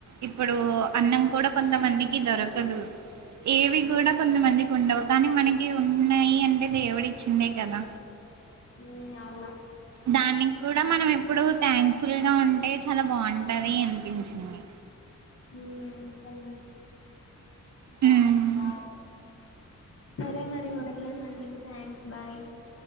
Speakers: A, on the right; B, on the left.
A: ఇప్పుడు అన్నం కూడ కొంతమందికి దొరకదు ఏవి కూడ కొంతమందికి ఉండవు కానీ మనకి ఉం టే దేవుడు ఇచ్చిందే కదా
B: మ్మ్ అవును
A: దానికి కూడ మనం ఎప్పుడు థ్యాంక్ఫుల్ గా ఉంటే చాల బాగుంటది అనిపించింది
B: హ్మ్ <unintelligible>
A: ఉమ్
B: సరే మరి మాట్లాడినందుకు థ్యాంక్స్ బాయ్